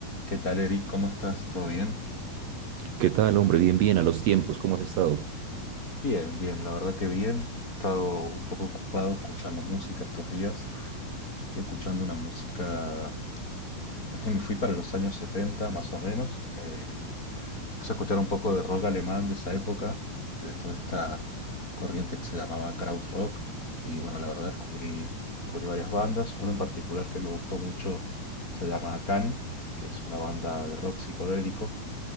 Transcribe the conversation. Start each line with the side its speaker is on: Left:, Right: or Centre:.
Left: ¿Qué tal, Eric? ¿Cómo estás? ¿Todo bien?
Right: ¿Qué tal, hombre? Bien, bien, a los tiempos, ¿cómo has estado?
Left: Bien, bien, la verdad que bien. He estado un poco ocupado escuchando música estos días. Estoy escuchando una música... <laughs> Me fui para los años 70, más o menos. Eh, me puse a escuchar un poco de rock alemán de esa época, de toda esta corriente que se llamaba krautrock. Y bueno, la verdad descubrí, descubrí varias bandas. Una en particular que me gustó mucho se llama Can, que es una banda de rock psicodélico.